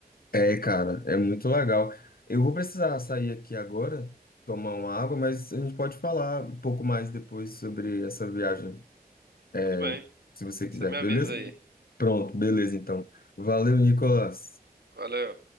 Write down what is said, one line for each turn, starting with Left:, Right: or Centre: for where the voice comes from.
Left: é, cara, é muito legal. Eu vou precisar sair aqui agora, tomar uma água, mas a gente pode falar um pouco mais depois sobre essa viagem, é,
Right: Tudo bem,
Left: se você quiser,
Right: você me avisa
Left: beleza?
Right: aí.
Left: Beleza. Pronto, beleza, então. Valeu, Nicolas.
Right: Valeu.